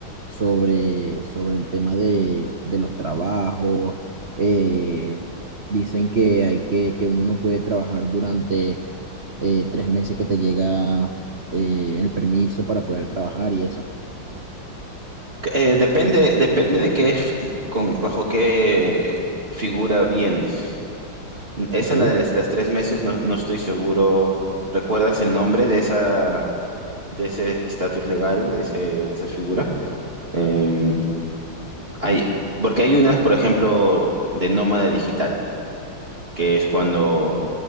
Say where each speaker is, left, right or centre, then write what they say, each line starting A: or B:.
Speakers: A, on the right (about 40°); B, on the right (about 25°).
A: sobre, sobre el tema de, de los trabajos. Eh, dicen que hay que, que uno no puede trabajar durante eh, tres meses que te llega eh, el permiso para poder trabajar y eso.
B: Eh, depende, depende de qué, f- con, bajo qué figura vienes. Esa,
A: Ok.
B: la de las, las tres meses, no, no estoy seguro. ¿Recuerdas el nombre de esa, de ese estatus legal, de ese, de esa figura? Eh, hay, porque hay unas, por ejemplo, de nómada digital, que es cuando